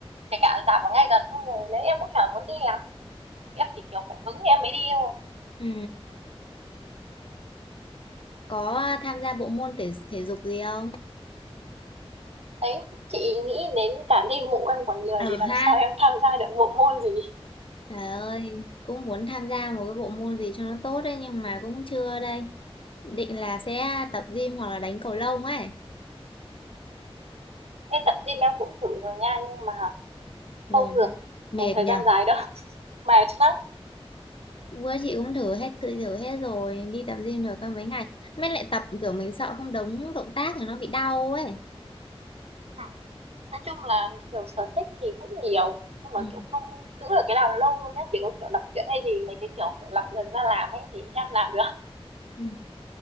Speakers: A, on the right; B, on the left.
A: kể cả rạp ở ngay gần không rồi đấy em cũng chả muốn đi lắm. Em chỉ kiểu phải hứng em mới đi thôi.
B: Ừ. có tham gia bộ môn thể thể dục gì không
A: Đấy, chị nghĩ đến cả đi bộ em còn lười
B: ừ
A: thì làm
B: ha
A: sao em tham gia được bộ môn gì.
B: Trời ơi, cũng muốn tham gia một cái bộ môn gì cho nó tốt đấy nhưng mà cũng chưa đây. Định là sẽ tập gym hoặc là đánh cầu lông ấy.
A: Ê, tập gym em cũng thử rồi nha nhưng mà
B: Rồi,
A: không được
B: mệt
A: một thời
B: nhở.
A: gian dài đâu <laughs> mệt lắm
B: Bữa chị cũng thử hết thử thử hết rồi, đi tập gym được có mấy ngày. Mới lại tập kiểu mình sợ không đúng động tác thì nó bị đau ấy.
A: Ừ. nói chung là kiểu sở thích thì cũng nhiều nhưng mà
B: Ừ.
A: kiểu không giữ được cái nào lâu đâu nhá chỉ có kiểu đọc truyện hay gì mấy cái kiểu kiểu làm gần ra làm ấy thì em làm được
B: Ừ.